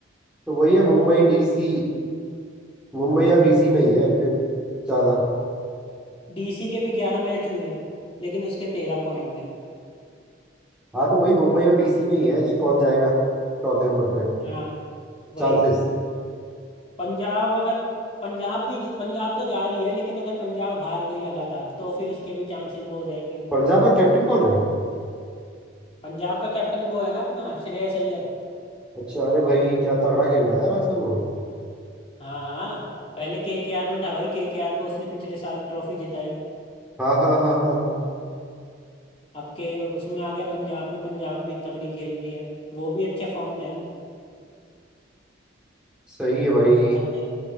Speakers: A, in the centre; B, on the left.
A: तो वही है मुंबई डीसी मुंबई और डीसी में ही है फिर ज्यादा
B: डीसी के भी ग्यारह मैच हुए हैं लेकिन उसके तेरह पॉइंट हैं
A: हाँ तो वही मुंबई और डीसी में ही है कि कौन जाएगा चौथे नंबर पे
B: हाँ वही
A: चांसेस
B: पंजाब अगर पंजाब भी पंजाब तो जा रही है लेकिन अगर पंजाब हार गई लगातार तो फिर उसके भी चांसेस वो हो जाएंगे
A: पंजाब का कैप्टन कौन है
B: पंजाब का कैप्टन वो है ना अपना श्रेयस अय्यर
A: अच्छा अरे भाई क्या तगड़ा खेल रहा है यार आजकल वो
B: हाँ हाँ पहले केकेआर में था भाई केकेआर को उसने पिछले साल ट्रॉफी जिताई
A: हाँ हाँ हाँ हाँ हाँ
B: अब के उसमें आ गया पंजाब में पंजाब भी तगड़ी खेल रही है वो भी अच्छे फॉर्म में है
A: सही है भाई
B: अरे